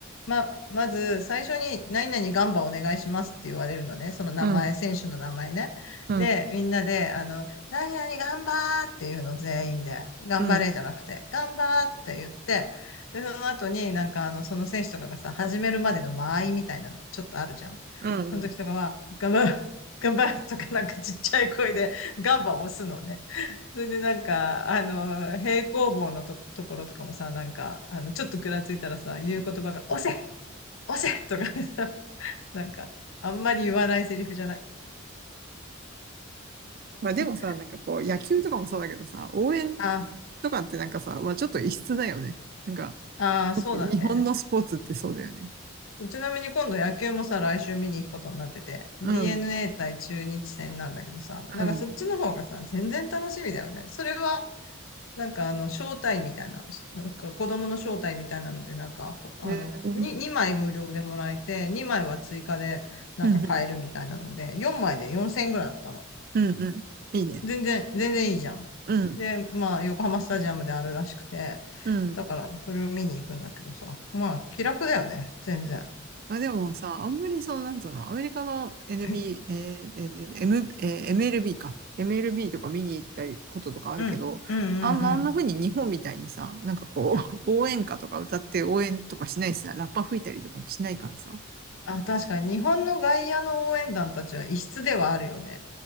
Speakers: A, on the left; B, on the right.
A: ま、まず最初に何々ガンバお願いしますって言われるのね。その名前、
B: うん、
A: 選手の名前ね。
B: うん、
A: で、みんなで、あの、何々ガンバーっていうの全員で、頑張れじゃなくて、
B: うん、
A: ガンバーって言って、で、その後になんかあの、その選手とかがさ、始めるまでの間合いみたいなのちょっとあるじゃん。
B: うん。
A: その時とかは、ガンバー、ガンバーとかなんかちっちゃい声でガンバを押すのね。それでなんか、あの、平行棒のと、ところとかもさ、なんか、あの、ちょっとぐらついたらさ、言う言葉が、押せ押せとかでさ、<laughs> なんか、あんまり言わないセリフじゃない
B: まあでもさ、
A: <laughs>
B: なんかこう、野球とかもそうだけどさ、応援
A: あ、
B: とかってなんかさ、まあちょっと異質だよね。なんか、
A: ああ、そうだね。
B: 日本のスポーツってそうだよね。
A: ちなみに今度野球もさ、来週見に行くことになってて、
B: うん、
A: DNA 対中日戦なんだけどさ、
B: うん。
A: なんかそっちの方がさ、全然楽しみだよね。それはなんかあの、招待みたいな、なんか子供の招待みたいなので、なんか、ほあの、
B: えー、うん、
A: に2枚無料でもらえて、2枚は追加でなんか買えるみたいなので、
B: うん、
A: 4枚で4000円ぐらいだったの。
B: うん、うん。いいね。
A: 全然、全然いいじゃん。
B: うん、
A: で、まあ、横浜スタジアムであるらしくて、
B: うん。
A: だから、それを見に行くんだけどさ、まあ、気楽だよね、全然。
B: まあでもさ、あんまりその、なんつうの、アメリカの NB、
A: <clears throat> うん、
B: えーえー M えー MLB か。MLB とか見に行ったりこととかあるけど、
A: うん、うん、
B: あんまあんな風に日本みたいにさ、
A: うん
B: なんかこう、
A: うん。
B: <laughs> 応援歌とか歌って応援とかしないしさ、ラッパ吹いたりとかもしないからさ。
A: あ、確かに、日本の外野の応援団たちは異質ではあるよね。